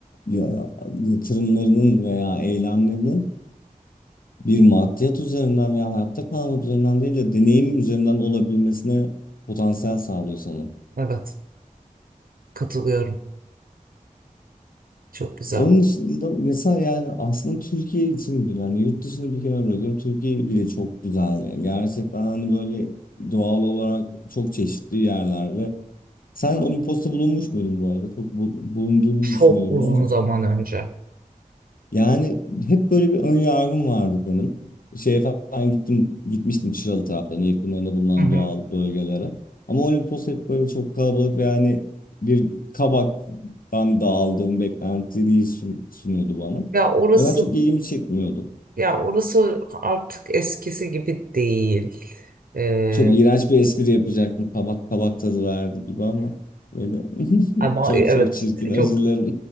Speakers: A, on the left; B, on the right.
A: ya- yatırımlarının veya eylemlerinin bir maddiyat üzerinden veya hayatta kalmak üzerinden değil de deneyim üzerinden olabilmesine potansiyel sağlıyor sana.
B: Evet, katılıyorum. Çok güzel.
A: Onun dışında mesela yani aslında Türkiye için bile hani yurt dışını bir kenara bırakıyorum. Türkiye bile çok güzel. Yani gerçekten hani böyle doğal olarak çok çeşitli yerler ve sen Olimpos'ta bulunmuş muydun bu arada? Çok bu- bulunduğunu
B: Çok
A: düşünüyorum
B: uzun zaman önce.
A: yani hep böyle bir ön yargım vardı benim. Şeye falan gittim, gitmiştim Çıralı taraflarına, yakınlarında bulunan
B: Hı hı.
A: doğal bölgelere. Ama Olimpos hep böyle çok kalabalık ve yani bir kabaktan da aldığım beklentiyi sun- sunuyordu bana.
B: Ya orası
A: O da çok ilgimi çekmiyordu.
B: Ya orası artık eskisi gibi değil. Ee,
A: Çok iğrenç bir espri yapacaktım. Kabak kabak tadı verdi gibi ama böyle <laughs>
B: ama
A: çok
B: e, evet
A: çok çirkin özür
B: çok
A: dilerim.